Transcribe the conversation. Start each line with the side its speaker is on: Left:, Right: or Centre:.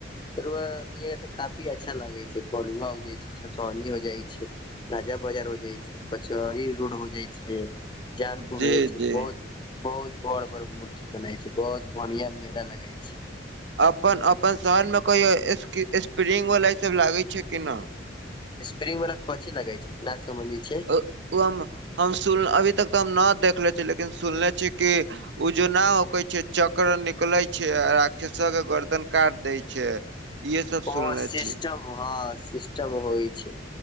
Left: तरुआ हिया त काफी अच्छा लगे छै बरुआ हो जाइ छै छतौनी हो जाइ छै। राजा बाजार हो जाइ छै कचहरी रोड हो जाइ छै जानपुर
Right: जी
Left: हो जाइ छै
Right: जी
Left: बहुत बहुत बड़ बड़ मूर्ति बनाइ छै बहुत बढ़िया मेला लगाई छे।
Right: अपन अपन शहर मे कहियो स्प्रिं स्प्रिंग वला ई सब लागे छै कि न।
Left: स्प्रिंग वला कोनची लगै छै ना समझनी छै।
Right: ओ हम हम सुन अभी तक तऽ हम न देखले छिय लेकिन सुनले छी कि उजोना होक छै चक्र निकले छै राक्षसवा के गर्दन काट दै छै। इहे सब सुनले
Left: ओ सिस्टेम
Right: छी
Left: हँ सिस्टेम होइ छै।